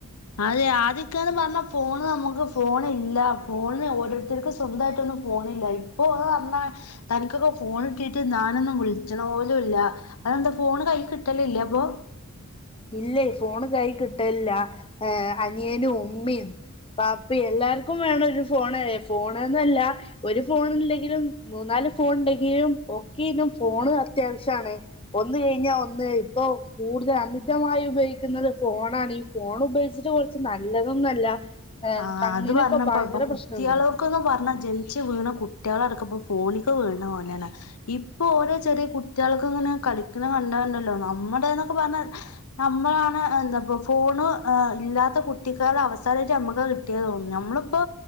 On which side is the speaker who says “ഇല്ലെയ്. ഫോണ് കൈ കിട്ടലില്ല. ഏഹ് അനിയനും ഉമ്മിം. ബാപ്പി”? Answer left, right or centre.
Left